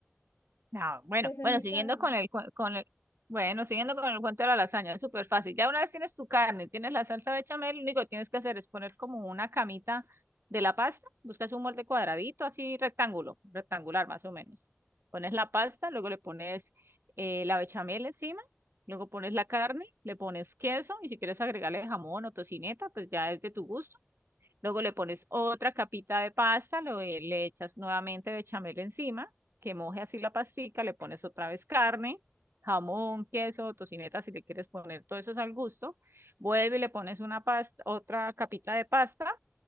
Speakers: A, on the right; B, on the left.
A: No, bueno,
B: que ese
A: bueno,
B: es mi
A: siguiendo
B: caso.
A: con el, cua- con el, bueno, siguiendo con el cuento de la lasaña, es súper fácil. Ya una vez tienes tu carne, tienes la salsa bechamel, lo único que tienes que hacer es poner como una camita de la pasta, buscas un molde cuadradito, así rectángulo, rectangular más o menos. Pones la pasta, luego le pones eh, la bechamel encima, luego pones la carne, le pones queso y si quieres agregarle jamón o tocineta, pues ya es de tu gusto Luego le pones otra capita de pasta, lo- eh, le echas nuevamente bechamel encima, que moje así la pastica, le pones otra vez carne, jamón, queso, tocineta, si le quieres poner todo eso es al gusto. Vuelve y le pones una pasta, otra capita de pasta.